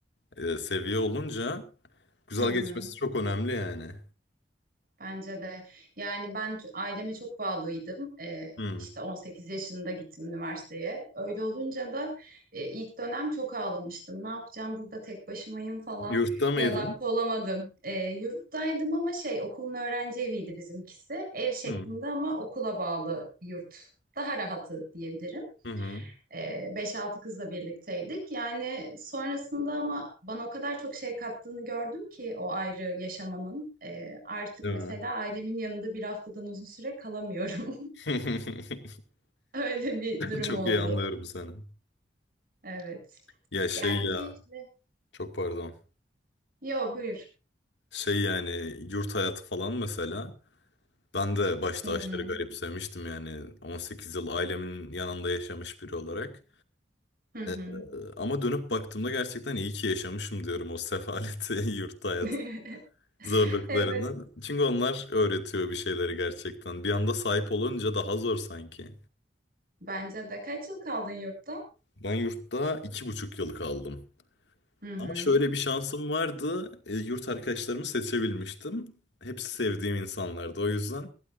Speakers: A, on the left (about 80°); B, on the right (about 55°).
A: e, seviye olunca güzel
B: Hı hı.
A: geçmesi çok önemli yani.
B: Bence de. Yani ben t- aileme çok bağlıydım. Ee,
A: Hmm.
B: işte 18 yaşında gittim üniversiteye. Öyle olunca da e, ilk dönem çok ağlamıştım. Ne yapacağım burada tek başımayım falan.
A: Yurtta mıydın?
B: Bir adapte olamadım. Ee, yurttaydım ama şey okulun öğrenci eviydi bizimkisi. Ev şeklinde
A: Hmm.
B: ama okula bağlı bir yurt. Daha rahatı diyebilirim.
A: Hı hı.
B: Ee, Beş altı kızla birlikteydik. Yani sonrasında ama bana o kadar çok şey kattığını gördüm ki o ayrı yaşamanın. Ee, artık
A: Değil
B: mesela
A: mi?
B: ailemin yanında bir haftadan uzun süre kalamıyorum.
A: <laughs>
B: <laughs> Öyle bir durum
A: Çok
B: oldu.
A: iyi anlıyorum seni.
B: Evet.
A: Ya şey
B: Yani
A: ya,
B: keyifli.
A: çok pardon.
B: Yo buyur.
A: Şey yani yurt hayatı falan mesela. Ben de başta
B: Hı hı.
A: aşırı garipsemiştim yani 18 yıl ailemin yanında yaşamış biri olarak.
B: Hı hı.
A: Ee, Ama dönüp baktığımda gerçekten iyi ki yaşamışım diyorum o sefaleti, <laughs> yurt hayat
B: <laughs>
A: zorluklarını.
B: Evet.
A: Çünkü onlar öğretiyor bir şeyleri gerçekten. Bir anda sahip olunca daha zor sanki.
B: Bence de. Kaç yıl kaldın yurtta?
A: Ben yurtta iki buçuk yıl kaldım.
B: Hı hı.
A: Ama şöyle bir şansım vardı. E, Yurt arkadaşlarımı seçebilmiştim. Hepsi sevdiğim insanlardı. O yüzden